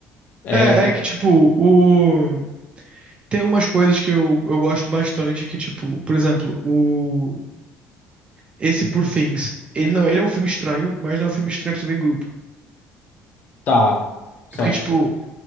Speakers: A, on the left; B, on the right.
A: é.
B: É, é que, tipo,
A: <laughs>
B: o... tem umas coisas que eu, eu gosto bastante, que, tipo, por exemplo, o... esse Poor Things, ele não, ele é um filme estranho, mas não é um filme estranho pra você ver em grupo.
A: Tá, certo.
B: É Porque, tipo,